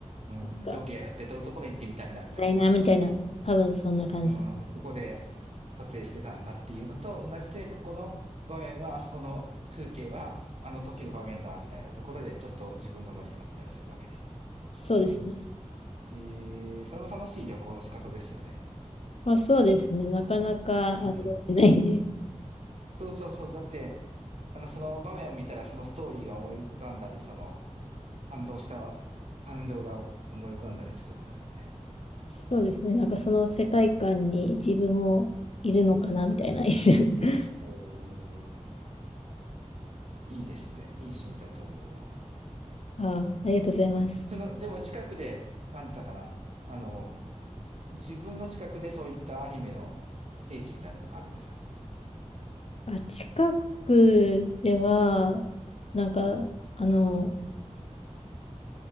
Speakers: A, on the right; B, on the left.
A: うん、
B: か
A: ロケやってたところに行ってみたいな、みたいな。
B: ダイナーみたいな、多分そんな感じ。
A: うんここで撮影してたんだっていうのと同じで、ここの場面は、あそこの風景は、あの時の場面だ、みたいなところで、ちょっと自分が盛り上がったりするわけだ。
B: そうですね。
A: えー、それも楽しい旅行の仕方ですよね。
B: まあそうですね。なかなか味わえないんで。
A: うんうん。そうそうそう。だって、あの、その場面を見たら、そのストーリーが思い浮かんだり、その、感動した感情が思い浮かんだりするんだもんね。
B: そうですね。なんかその世界観に自分もいるのかなみたいな一瞬。<laughs>
A: おーいいですね。いい趣味だと思うわ。
B: ああ、ありがとうございます。
A: その、でも近くで、なんだかな、あの、自分の近くでそういったアニメの聖地みたいなとこあるんですか
B: あ、近くでは、なんか、あの、